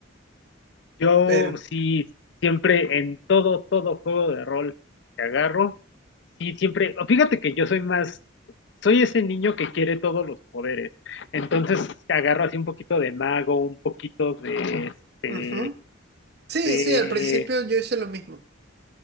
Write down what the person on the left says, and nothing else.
Yo
sí, siempre en todo, todo juego de rol que agarro, sí, siempre, o fíjate que yo soy más, soy ese niño que quiere todos los poderes, entonces agarro así un poquito de mago, un poquito de, este,
de